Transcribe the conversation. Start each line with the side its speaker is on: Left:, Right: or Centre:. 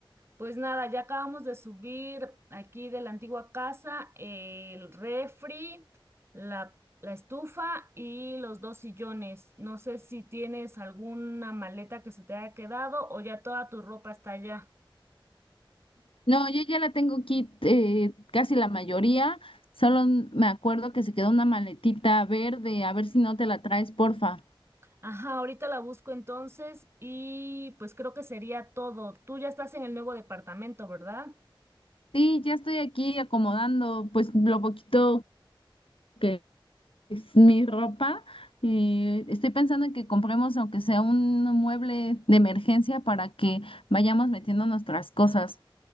Right: Pues nada, ya acabamos de subir aquí de la antigua casa el refri, la, la estufa y los dos sillones. No sé si tienes alguna maleta que se te haya quedado o ya toda tu ropa está allá.
Left: No, yo ya la tengo aquí eh, casi la mayoría. Solo n- me acuerdo que se quedó una maletita verde. A ver si no te la traes, porfa.
Right: Ajá, ahorita la busco entonces y pues creo que sería todo. Tú ya estás en el nuevo departamento, ¿verdad?
Left: Sí, ya estoy aquí acomodando pues lo poquito que es mi ropa. Eh, estoy pensando en que compremos aunque sea un mueble de emergencia para que vayamos metiendo nuestras cosas.